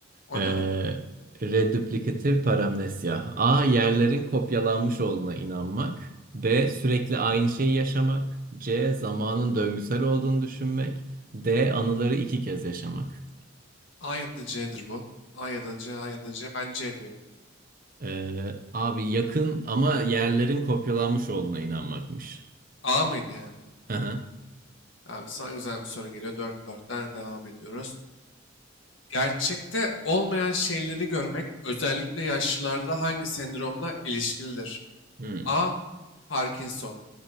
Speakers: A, on the left (about 70°); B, on the right (about 45°).
A: O
B: Ee,
A: ne abi?
B: redüplikatif paramnesya. A. Yerlerin kopyalanmış olduğuna inanmak. B. Sürekli aynı şeyi yaşamak. C. Zamanın döngüsel olduğunu düşünmek. D. Anıları iki kez yaşamak.
A: A ya da C'dir bu. A ya da C, A ya da C. Ben C diyorum.
B: Ee, abi yakın ama yerlerin kopyalanmış olduğuna inanmakmış.
A: A mıydı yani?
B: Aha.
A: Abi sana güzel bir soru geliyor. Dört dörtten devam ediyoruz. Gerçekte olmayan şeyleri görmek özellikle yaşlılarda hangi sendromla ilişkilidir?
B: Hmm.
A: A. Parkinson